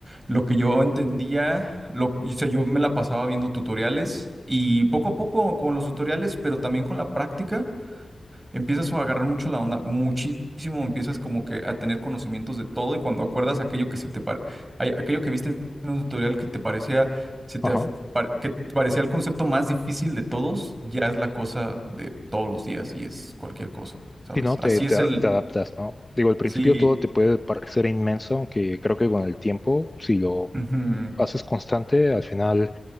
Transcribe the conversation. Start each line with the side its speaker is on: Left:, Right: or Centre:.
Right: lo que yo entendía, lo, o sea, yo me la pasaba viendo tutoriales y poco a poco con los tutoriales, pero también con la práctica, empiezas a agarrar mucho la onda, muchísimo, empiezas como que a tener conocimientos de todo y cuando acuerdas aquello que se te pare- ay- aquello que viste en un tutorial que te parecía, se te
Left: ajá.
Right: af- pare- que te parecía el concepto más difícil de todos, ya es la cosa de todos los días y es cualquier cosa, ¿sabes?
Left: Si no, te,
Right: Así
Left: te,
Right: es el,
Left: te adaptas, ¿no? Digo, al principio
Right: sí,
Left: todo te puede parecer inmenso, aunque creo que con el tiempo, si lo
Right: ujú,
Left: haces constante, al final